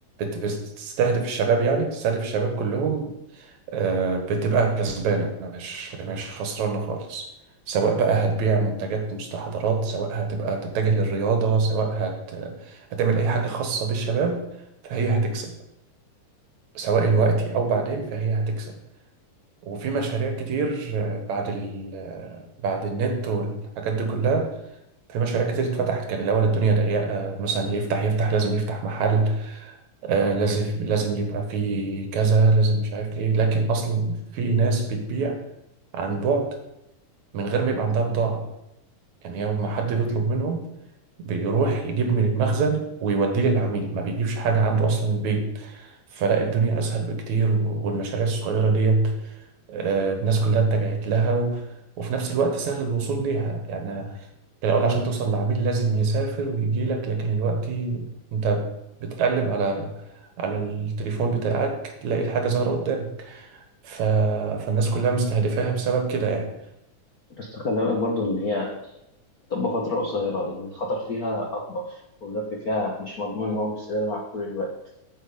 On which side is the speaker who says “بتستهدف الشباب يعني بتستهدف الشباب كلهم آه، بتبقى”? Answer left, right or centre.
Right